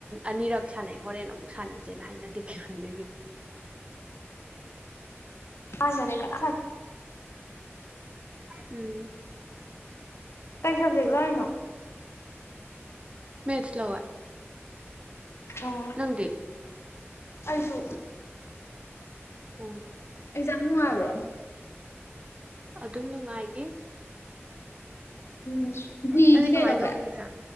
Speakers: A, on the right; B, on the left.
A: ꯑꯅꯤꯔꯛ ꯁꯥꯟꯅꯩ ꯍꯣꯔꯦꯟ ꯑꯃꯨꯛ ꯁꯥꯟꯅꯁꯦꯅ ꯍꯥꯏꯅꯗꯈꯤꯕꯦ ꯍꯥꯏꯅꯈꯤꯕ
B: ꯑꯥꯟ ꯃꯅꯦ ꯀꯥꯟ
A: ꯎꯝ
B: ꯀꯩ ꯁꯕꯖꯦꯛ ꯂꯧꯔꯤꯅꯣ
A: ꯃꯦꯆꯂꯧꯋꯦ
B: ꯑꯣ
A: ꯅꯪꯗꯤ
B: ꯑꯩꯁꯨ
A: ꯑꯣ
B: ꯑꯦꯖꯥꯨꯜꯣ
A: ꯑꯗꯨꯝ ꯅꯨꯡꯉꯥꯏꯒꯦ
B: ꯎꯝ ꯖꯤꯗꯤ
A: ꯅꯪꯗꯤ ꯀꯃꯥꯏꯅ
B: ꯀꯩ ꯂꯧꯒꯦ
A: ꯇꯧꯒꯒꯦꯁꯦ